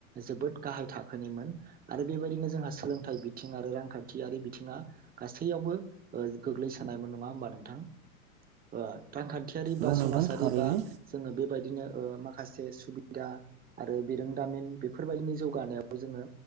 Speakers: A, on the right; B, on the right.
A: जोबोद गाहाय थाखोनिमोन आरो बेबायदिनो जोंहा सोलोंथाइ बि- थिं आरो रांखान्थियारि बिथिङा गासैयावबो गोग्लैसोनायमोन नङा होमबा नोंथां रांखान्थियारि बा
B: औ
A: समाजारि
B: नोंथां थारैनो
A: बा जोङो बेबायदिनो ओ माखासे सुबिदा आरो बिरोंदामिन बेफोरबायदिनि जौगानायाव जोङो